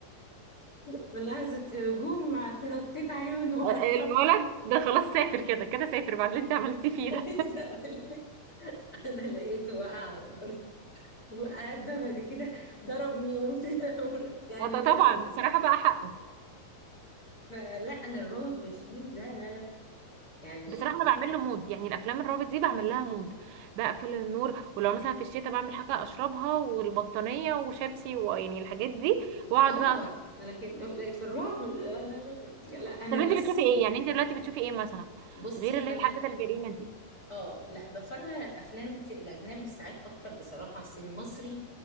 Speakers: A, on the left (about 60°); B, on the right (about 80°).
A: <laughs> بلحظه هجوم رحت نطيت عليه من ورا
B: الولد
A: <laughs>
B: ده خلاص سافر كده كده سافر بعد اللي انت عملتيه فيه ده
A: عايزه اقول لك انا لقيته واقع على الارض وقعد بقى بعد كده ضربني و- <laughs>
B: <laughs>
A: يعني
B: وط-
A: اللي
B: طبعا
A: هو ايه
B: بصراحه بقى حقه
A: فلا انا الرعب فيه لا لا لا يعني
B: بصراحه انا
A: لا
B: بعمل له مود يعني الافلام الرابط دي بعمل لها مود بقفل النور ولو مثلا في الشتاء بعمل حاجه اشربها والبطانيه وشيبسي ويعني الحاجات دي واقعد
A: اه
B: بقى
A: لكن في الرعب لا لا لا لا انا
B: طب انت
A: بصي
B: بتشوفي ايه يعني انت دلوقتي بتشوفي ايه مثلا
A: بصي
B: غير اللي
A: انا
B: هي الحاجات الجريمه دي
A: اه لا بتفرج على الافلام في الاجنبي ساعات اكتر بصراحه أصل المصري